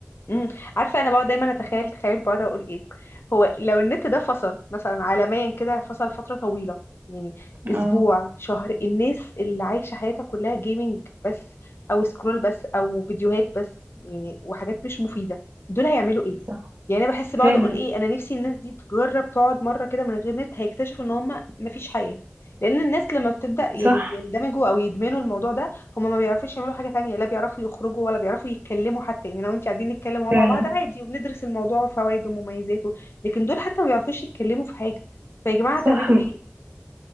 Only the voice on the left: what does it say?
امم عارفه انا بقعد دايما اتخيل تخيل بقعد اقول ايه هو لو النت ده فصل مثلا عالميا كده فصل فتره طويله يعني اسبوع
شهر الناس اللي عايشه حياتها كلها جيمنج بس او سكرول بس او فيديوهات بس يعني وحاجات مش مفيده دول هيعملوا ايه
يعني انا بحس بقعد
اقول ايه انا نفسي الناس دي تجرب تقعد مره كده من غير نت هيكتشفوا ان هم مفيش حياه لان الناس لما بتبدا يعني
بيندمجوا او يدمنوا الموضوع ده هما ما بيعرفوش يعملوا حاجة تانية لا بيعرفوا يخرجوا ولا بيعرفوا يتكلموا حتى يعني لو انت قاعدين نتكلم وهو
مع بعض عادي وبندرس الموضوع وفوائده ومميزاته لكن دول حتى ما بيعرفوش يتكلموا في حاجة فيا جماعة
هتعملوا ايه؟